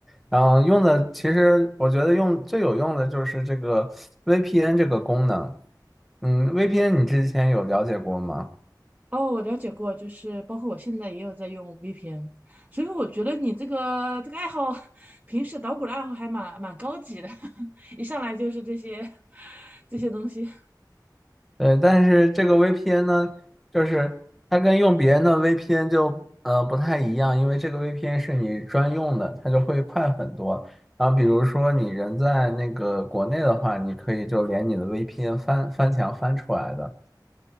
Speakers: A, in the centre; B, on the right (about 20°).
A: 然后用的其实我觉得用最有用的就是这个 VPN 这个功能。嗯，VPN 你之前有了解过吗？
B: 哦，我了解过，就是包括我现在也有在用 VPN，所以我觉得你这个这个爱好，<laughs> 平时捣鼓的爱好还蛮蛮高级的，<laughs> 一上来就是这些这些东西。
A: 对，但是这个 VPN 呢，就是它跟用别人的 VPN 就呃不太一样，因为这个 VPN 是你专用的，它就会快很多。然后比如说你人在那个国内的话，你可以就连你的 VPN 翻翻墙翻出来的。